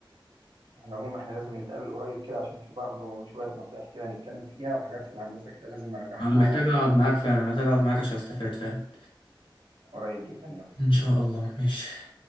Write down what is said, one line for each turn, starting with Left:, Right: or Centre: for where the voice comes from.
Right: على العموم احنا لازم نتقابل قريب كده عشان في برضه شوية نصايح كده نتكلم فيها وحاجات في الهندسة كده لازم نرجعها
Left: انا
Right: مع
Left: محتاج
Right: بعض
Left: اقعد معاك فعلا محتاج اقعد معاك عشان استفاد فعلا
Right: قريب جدا يعني
Left: ان شاء الله ماشي